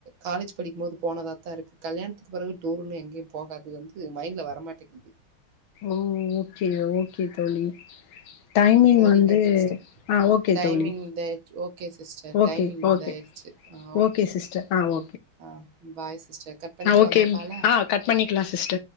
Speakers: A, on the right (about 70°); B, on the left (about 75°).
A: காலேஜ் படிக்கும் போது போனதாத இருக்கு கல்யாணத்துக்கு பெறவு டூருமே எங்கயு போகாது வந்து மைண்ட்ல வரமாட்டேக்கிது
B: ஓ ஓகே ஓகே தோழி டைமிங்
A: சரிங்க
B: வந்து
A: சிஸ்டர்
B: ஆ ஓகே
A: டைமிங்
B: தோழி
A: இதாயிடுச்சு okay sister
B: okay
A: timing
B: okay
A: இதாயிடுச்சு ஆ
B: ஓகே சிஸ்டர் ஆ ஓ
A: ஆ பாய் சிஸ்டர் கட் பண்ணிக்லாமா
B: ஓகே
A: கால
B: ஆ கட் பண்ணிக்கலா சிஸ்டர்